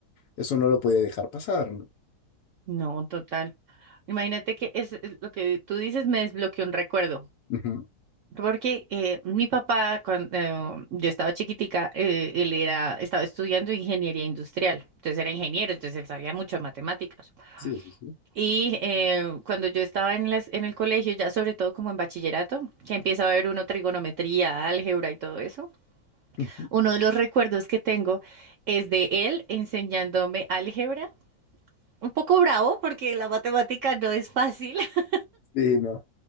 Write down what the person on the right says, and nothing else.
No, total. Imagínate que es es lo que tú dices me desbloqueó un recuerdo.
Porque eh, mi papá, cuando eh, yo estaba chiquitica, eh, él era, estaba estudiando ingeniería industrial. Entonces era ingeniero, entonces él sabía mucho de matemáticas.
Y eh, cuando yo estaba en, las- en el colegio, ya sobre todo como en bachillerato, que empieza a ver uno trigonometría, álgebra y todo eso.
Uno de los recuerdos que tengo es de él enseñándome álgebra. Un poco bravo porque la matemática no es fácil, <laughs>